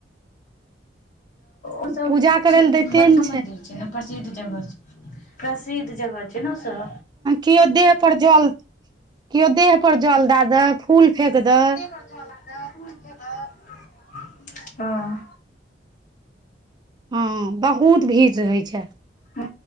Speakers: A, on the left; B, on the right.
A: ओ सब
B: पूजा
A: <unintelligible>
B: करै लए दैते
A: बड़का
B: ने
A: मंदिर छै प्रसिद्ध जगह छै <inaudible> प्रसिद्ध जगह छैय न ओसब
B: केओ देह पर जल <inaudible> केओ देह पर जल दए दे फूल फेेक दे
A: <unintelligible> हँ
B: हँ बहुत भीड़ रहैत छै
A: हु